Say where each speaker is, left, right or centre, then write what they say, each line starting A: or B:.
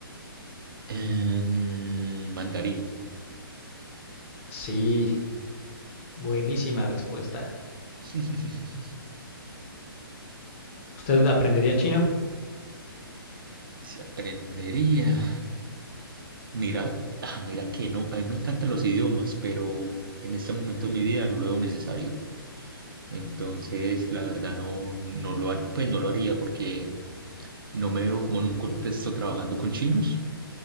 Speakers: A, on the right (about 65°); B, on the left (about 30°).
A: Em, mandarín.
B: Sí, buenísima respuesta.
A: <laughs>
B: ¿Usted aprendería chino?
A: Si aprendería. Mira, ah, mira que no, a mí me encantan los idiomas, pero en este momento de mi vida no lo veo necesario. Entonces, la verdad no, no lo haría, pues no lo haría porque no me veo como en un contexto trabajando con chinos.